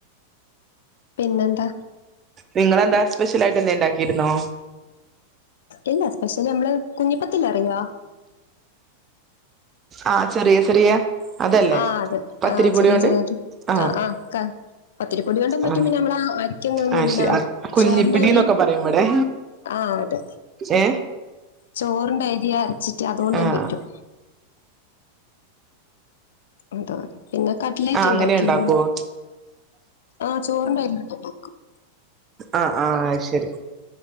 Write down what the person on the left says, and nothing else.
പിന്നെന്താ
ഇല്ല സ്പെഷ്യലി നമ്മള് കുഞ്ഞിപ്പത്തിൽ അറിയാ
ആഹ് അതെ
ആഹ് ചെറിയ
ചെറിയ
ആഹ് ആഹ് ക പത്തിരിപ്പൊടി കൊണ്ടും പറ്റും
പിന്നെ നമ്മള് അരിക്കൊന്നും
പിന്നെ
ചോറിന്റെ അരി
ആഹ് അതെ
ചോറിന്റെ അരിയ അരച്ചിട്ട് അതുകൊണ്ടും
പറ്റും അതോ പിന്നെ കട്ലേറ്റ്
ഉണ്ടാക്കി
ആ ചോറണ്ട വരുന്നുും <unintelligible>